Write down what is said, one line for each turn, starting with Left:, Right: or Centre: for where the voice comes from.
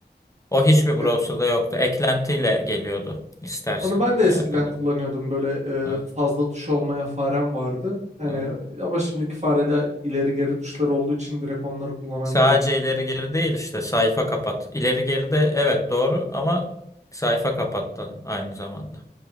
Left: O hiçbir browser'da
Right: e,
Left: yoktu. Eklentiyle geliyordu istersen
Right: Onu ben de
Left: diğerlerine.
Right: eskiden kullanıyordum böyle
Left: Evet.
Right: e, fazla tuş olmaya farem vardı. Hani
Left: evet.
Right: ama şimdiki farede ileri geri tuşlar olduğu için direkt onları kullanabiliyorum.
Left: Sadece ileri geri değil işte sayfa kapat. İleri geri de evet doğru ama sayfa kapat da aynı zamanda.